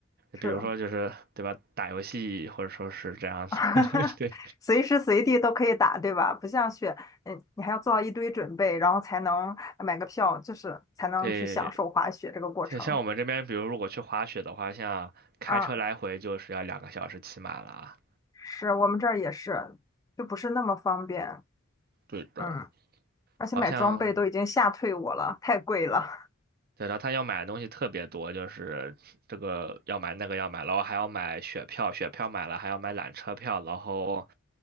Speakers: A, on the left; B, on the right.
A: 是的，
B: 比如说就是对吧，打游戏或者说是这样子，
A: <laughs>
B: <laughs> 对
A: 随时随地都可以打，对吧？不像雪，嗯，你还要做好一堆准备，然后才能买个票，就是才能去享受滑雪这个过程。
B: 对，像像我们这边，比如如果去滑雪的话，像开车来回就是要两个小时起码了啊
A: 嗯。是我们这儿也是，就不是那么方便。
B: 对的，
A: 嗯，而且买装备都已经吓退我了，
B: 好像
A: 太贵了。
B: 对的，他要买的东西特别多，就是这个要买那个要买，然后还要买雪票，雪票买了还要买缆车票，然后